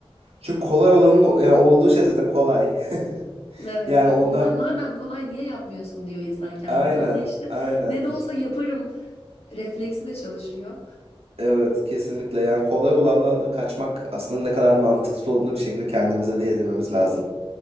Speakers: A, on the right; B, on the left.
A: çünkü kolay olanın yani olduğu şey zaten kolay. <laughs>
B: Evet,
A: Yani
B: hani
A: ondan
B: ma- madem kolay niye yapmıyorsun diyor insan kendine
A: aynen
B: ama işte
A: aynen.
B: ne de olsa yaparım refleksi de çalışıyor.
A: Evet kesinlikle yani kolay olandan da kaçmak aslında ne kadar mantıksız olduğunu bir şekilde kendimize de yedirmemiz lazım